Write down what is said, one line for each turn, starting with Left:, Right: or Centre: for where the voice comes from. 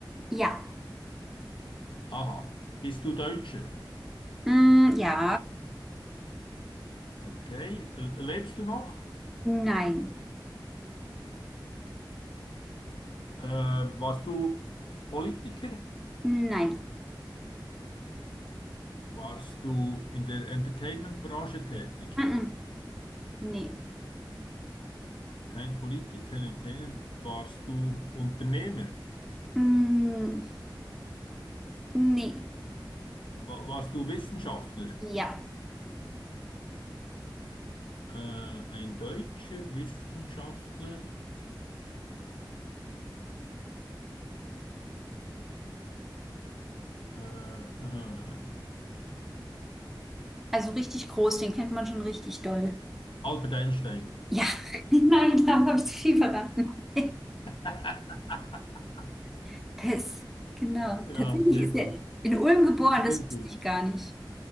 Centre: ja,
Left: Aha. Bist du Deutscher?
Centre: mm, ja,
Left: Okay. L- Lebst du noch?
Centre: nein,
Left: Äh, warst du Politiker?
Centre: nein,
Left: Warst du in der Entertainment-Branche tätig?
Centre: mm, mm, nee.
Left: Kein Politiker, kein Entertainer. Warst du Unternehmer?
Centre: Mm, Nee,
Left: Wa- warst du Wissenschaftler?
Centre: ja.
Left: Äh, ein deutscher Wissenschaftler? Äh, aha.
Centre: Also richtig groß, den kennt man schon richtig doll.
Left: Albert Einstein.
Centre: Ja, <laughs> nein, da habe ich zu viel verraten.
Left: <laughs>
Centre: <laughs> Pess, genau.
Left: Ja,
Centre: Tatsächlich
Left: sehr
Centre: ist
Left: gut.
Centre: er in Ulm geboren,
Left: Sehr
Centre: das wusste
Left: gut.
Centre: ich gar nicht.